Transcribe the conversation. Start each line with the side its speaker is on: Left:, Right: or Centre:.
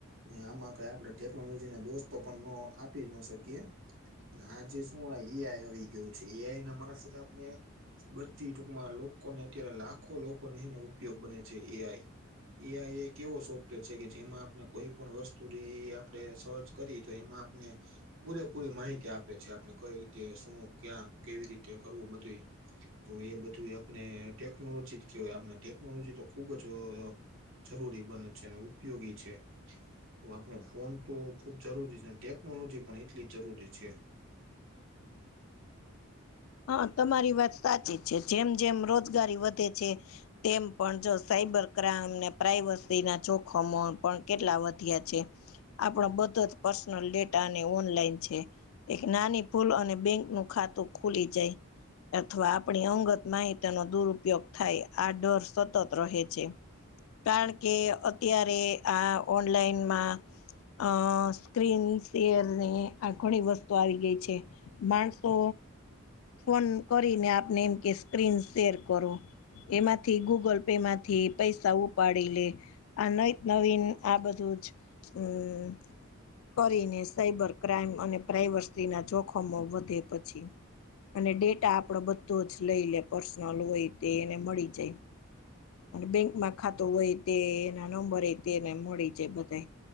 Right: ને આમાં કઈ આપણે ટેકનોલોજી ના દોસ્તો પણ ન આપી જ ન શકીએ. આજે શું આ એઆઈ આવી ગયું છે એઆઈને માર સુધ આપને બધી ટૂંકમાં લોકોને અત્યારે લાખો લોકોને એનો ઉપયોગ બને છે એ આઈ એઆઇ એક એવો સોફ્ટવેર છે કે જેમાં આપણે કોઈ પણ વસ્તુ આપે સર્ચ કરી તો એમાં <unintelligible> પૂરેપૂરી માહિતી આપે છે આપણે કઈ રીતે શું ક્યાં કેવી રીતે કરવું બધું ઈ તો એ બધું આપને ટેકનોલોજી જ કેહેવાય આપને ટેકનોલોજી તો ખુબ જ જરૂરી બને છે અને ઉપયોગી છે. તો આપણે ફોન તો ખુબ જરૂરી છે ટેકનોલોજી પણ એટલી જરૂરી છે.
Left: હા તમારી વાત સાચી જ છે જેમ જેમ રોજગારી વધે છે તેમ પણ જો સાઈબર ક્રાઈમને પ્રાઈવસી ના જોખમો પણ કેટલા વધ્યા છે. આપણાો બધો જ પર્સનલ ડેટા અને ઓનલાઈન છે એક નાની ભૂલ અને બેંક ન ખાતું ખુલી જાય. અથવા આપણી અંગત માહિત્યનો દુરપયોગ થાય આ ડર સતત રહે છે. કારણ કે અત્યારે આ ઓનલાઈનમાં અ સ્ક્રીન ફેર ની આ ઘણી વસ્તુ આવી ગઈ છે. માણસો ફોન કરીને આપને એમ કે સ્ક્રીન શેર કરો એમાંથી ગૂગલ એમાંથી પૈસા ઉપાડી લે આ નવી નવીન આ બધું જ હમ્મ કરીને સાઈબર ક્રાઈમ અને પ્રાઈવર્સી ના જોખમો વધે પછી અને ડેટા આપડો બધો જ લઈ લે પર્સનલ હોય તે એને મળી જાય. અને બેંકમાં ખાતું હોય તે ના નંબર એ તેને મળી જ બધા